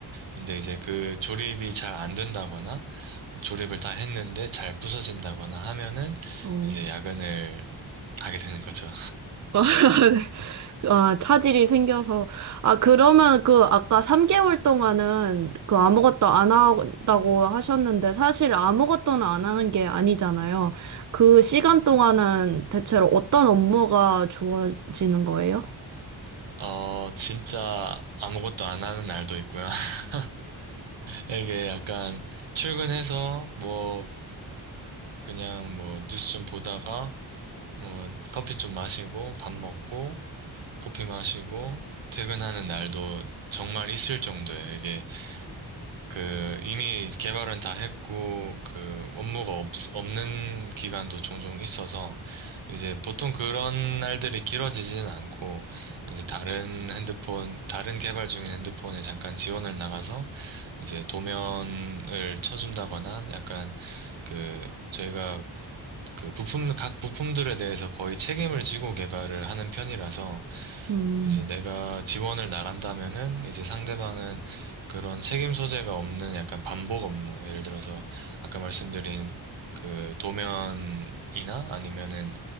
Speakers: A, on the right (about 70°); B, on the right (about 40°).
A: 근데 이제 그 조립이 잘 안 된다거나 조립을 다 했는데 잘 부서진다거나 하면은
B: 어.
A: 이제 야근을 하게 되는 거죠.
B: <laughs>
A: <laughs> 음.
B: 아, 차질이 생겨서. 아, 그러면 그 아까 3개월 동안은 그 아무것도 안 한다고 하셨는데 사실 아무것도는 안 하는 게 아니잖아요. 그 시간 동안은 대체로 어떤 업무가 주어지는 거예요?
A: 어, 진짜 아무것도 안 하는 날도 있고요. <laughs> 이게 약간 출근해서 뭐 그냥 뭐 뉴스 좀 보다가 뭐 커피 좀 마시고 밥 먹고 커피 마시고 퇴근하는 날도 정말 있을 정도예요. 이게 그 이미 개발은 다 했고 그 업무가 없, 없는 기간도 종종 있어서 이제 보통 그런 날들이 길어지지는 않고 이제 다른 핸드폰 다른 개발 중인 핸드폰에 잠깐 지원을 나가서 이제 도면을 쳐준다거나 약간 그 저희가 그 부품, 각 부품들에 대해서 거의 책임을 지고 개발을 하는 편이라서
B: 음.
A: 이제 내가 지원을 나간다면은 이제 상대방은 그런 책임 소재가 없는 약간 반복 업무. 예를 들어서 아까 말씀드린 그 도면이나 아니면은